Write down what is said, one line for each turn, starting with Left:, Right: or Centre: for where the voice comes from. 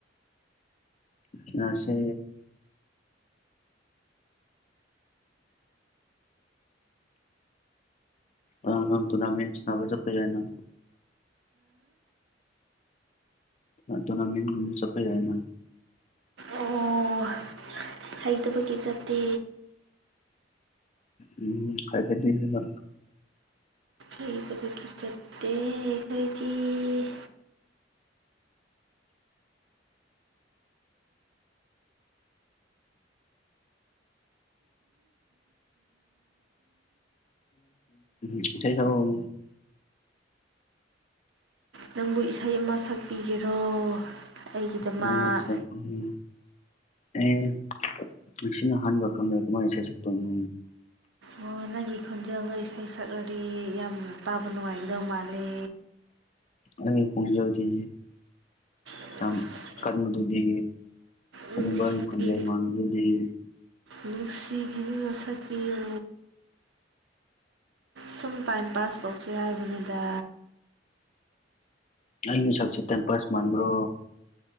Left: ꯁꯥꯟꯅꯁꯦ ꯑꯥ ꯅꯪ ꯇꯨꯔꯅꯥꯃꯦꯟ ꯁꯥꯅꯕ ꯆꯠꯄ ꯌꯥꯏꯅ ꯑ ꯇꯨꯔꯅꯥꯃꯦꯟꯒꯨꯝꯕ ꯆꯠꯄ ꯌꯥꯏꯅ
Right: ꯑꯣ ꯍꯩꯇꯕꯒꯤ ꯆꯠꯇꯦ
Left: ꯎꯝ ꯐꯖꯕꯤꯅꯤꯅ
Right: ꯑꯩꯩ ꯊꯕꯛꯀꯤ ꯆꯠꯇꯦ ꯑꯩꯈꯣꯏꯗꯤ
Left: ꯏꯁ ꯏꯁꯩ ꯁꯛꯂꯛꯑꯣ
Right: ꯅꯪꯕꯨ ꯏꯁꯩ ꯑꯃ ꯁꯛꯄꯤꯒꯦꯔꯣ ꯑꯩꯒꯤꯗꯃꯛ
Left: ꯅꯪꯅ ꯁꯛꯅꯤꯡ ꯑꯦ ꯉꯁꯤꯅ ꯑꯍꯥꯟꯕ ꯈꯪꯅꯔꯒ ꯀꯃꯥꯏꯅ ꯏꯁꯩ ꯁꯛꯇꯣꯏꯅꯣ
Right: ꯑꯣ ꯅꯪꯒꯤ ꯈꯣꯟꯖꯦꯜꯗꯣ ꯏꯁꯩ ꯁꯛꯂꯗꯤ ꯌꯥꯝꯅ ꯇꯥꯕ ꯅꯨꯡꯉꯥꯏꯒꯗꯧ ꯃꯥꯜꯂꯦ
Left: ꯑꯩꯒꯤ ꯈꯣꯡꯖꯦꯜꯗꯤ
Right: ꯑꯁ
Left: ꯌꯥꯝ ꯀꯜꯂꯤꯗꯨꯗꯤ ꯍꯅꯨꯕꯥꯒꯤ
Right: ꯅꯨꯡꯁꯤꯕꯤ
Left: ꯈꯣꯟꯖꯦꯜ ꯃꯥꯟꯕꯗꯤꯍꯦ
Right: ꯅꯨꯡꯁꯤꯕꯤꯗꯨꯅ ꯁꯛꯄꯤꯌꯣ ꯁꯨꯝ ꯇꯥꯏꯝ ꯄꯥꯁ ꯇꯧꯁꯦ ꯍꯥꯏꯕꯅꯤꯗ
Left: ꯑꯩꯒꯤ ꯁꯛꯁꯦ ꯇꯏꯝꯄꯥꯁ ꯃꯥꯟꯕ꯭ꯔꯣ